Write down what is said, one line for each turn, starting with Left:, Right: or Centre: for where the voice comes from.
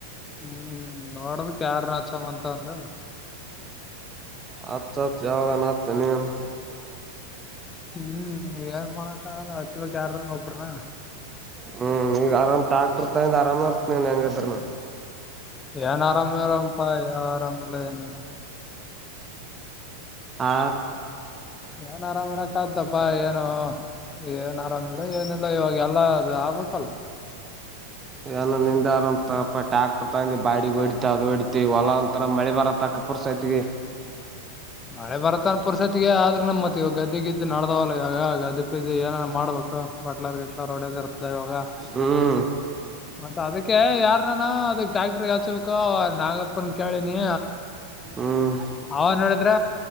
Left: ಹ್ಮ್ ನೋಡಬೇಕ್ ಯಾರ್ ಹಚ್ಚಮ್ ಅಂತದ
Right: ಹಚ್ಚ ಹಚ್ಚ ಯಾವಾಗಣ ಹಚ್ಚ ನೀನು
Left: ಹ್ಮ್ ಏನ್ ಮಾಡಕಲ್ಲ ಹಚ್ವಬೇಕ ಯಾರನರ್ ಒಬ್ರನಾ
Right: ಹ್ಮ್ ಈಗ ಆರಾಮ ಕೃತಾಯ ಆರಾಮ ಇರ್ತ್ಯನ್ ಹೆಂಗ್ ಇದರು ನಾ
Left: ಏನ್ ಆರಾಮರಪಾ ಆರಾಮಿಲ್ಲ ಏನಡ
Right: ಆ
Left: ನನ್ ಆರಾಮ್ ಇರ ಕತಪ್ಪ ಏನು ಏನ್ ಆರಾಮಿಲ್ಲ ಏನಿಲ್ಲ ಇವಾಗ ಎಲ್ಲಾ ಅದು ಆಗ್ಬಕ್ಲ್ಲ
Right: ಏನೋ ನಿಂದ ಆರಾಮ್ ತಪ್ಪ ಟ್ಯಾಕ್ಟರ್ ತಗಿ ಬಾಡಿಗೆ ಹೊಿತ ಅದು ಹೊಡತಿ ಹೊಲ ಅಂತರ ಮಳಿ ಬರತ್ತಕರ್ ಸತೆಗೆ
Left: ಮಳೆ ಬರತ್ತಂ ಪರ್ಸತಿಗೆ ಆದ್ರೆ ನಮ್ಮ ಮತ್ತತ್ ಈವ ಗದ್ದೆೆಗೆ ಇದ್ದು ನಡ್ದಾವಲ್ಲ ಈವಾಗ ಗದ್ದೆ ಬಿದ್ದ್ದ ಏನ ಮಾಡ್ಬೇಕ ಬಟ್ಲರ್ಗಿಲ ಇರ್ತದೆ ಇವಾಗ
Right: ಹ್ಮ್
Left: ಮತ್ತ ಅದಕ್ಕೆ ಯಾರ ನಾ ಅದ ಟ್ಯಾಕ್ಟ್ರಗ್ ಹಚ್ಬೇಕು ನಾಗಪ್ಪನ್ ಕೇಳಿನಿ
Right: ಹ್ಮ್
Left: ಅವ ನೋಡಿದ್ರ